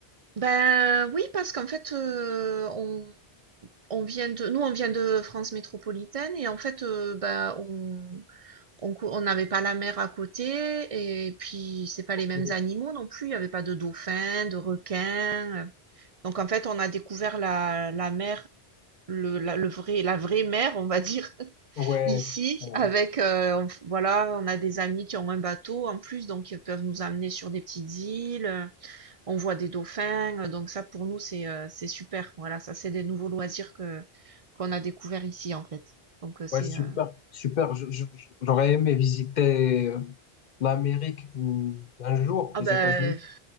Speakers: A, on the right; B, on the left.
A: Ben oui, parce qu'en fait, euh, on On vient de, nous, on vient de France métropolitaine et en fait, euh, bah, on, on, cou- on n'avait pas la mer à côté et puis c'est pas
B: Ok.
A: les mêmes animaux non plus. Il n'y avait pas de dauphins, de requins. Donc en fait, on a découvert la, la mer, le, la, le vrai, la vraie mer, on va dire, <laughs>
B: Ouais,
A: ici
B: ouais,
A: avec, euh, on- voilà, on a des amis qui ont un bateau en plus, donc ils peuvent nous amener sur des petites îles. On voit des dauphins, euh, donc ça pour nous c'est, heu, c'est super. Voilà, ça c'est des nouveaux loisirs que qu'on a découvert ici en fait. Donc, heu, c'est,
B: ouais, super,
A: heu
B: super. Je- je- je- J'aurais aimé visiter euh, l'Amérique mm, un jour,
A: ah
B: les
A: ben,
B: États-Unis,